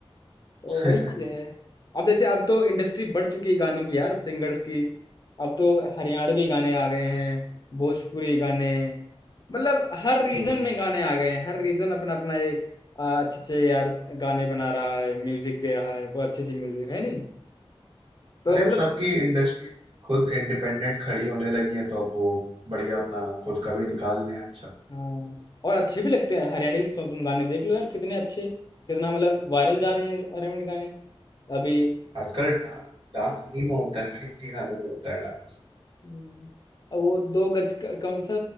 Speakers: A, on the left; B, on the right.
A: तो
B: <laughs>
A: वही चीजें हैं अब जैसे अब तो इंडस्ट्री बढ़ चुकी है गानों की यार सिंगर्स की अब तो हरियाणवी गाने आ गए हैं भोजपुरी गाने मतलब हर रीजन
B: हम्म
A: में गाने आ गए हैं हर रीजन अपना अपना एक आ, अच्छे अच्छे यार गाने बना रहा है म्यूजिक दे रहा है बहुत अच्छे अच्छे म्यूजिक है नहीं तो
B: अरे
A: मतलब
B: अब सबकी इंडस्ट्रीज खुद इंडिपेंडेंट खड़ी होने लगी हैं तो अब वो बढ़िया अपना खुद का भी निकाल लें अच्छा
A: हाँ और अच्छे भी लगते हैं हरियाणवी सॉन्ग तुम गाने देख लो यार कितने अच्छे कितना मतलब वायरल जा रहे हैं हरियाणवी गाने अभी
B: आजकल डांस डांस उन्हीं में होता है भाई उन्हीं गानों में होता है डांस
A: हम्म। अब वो दो गज का कौन सा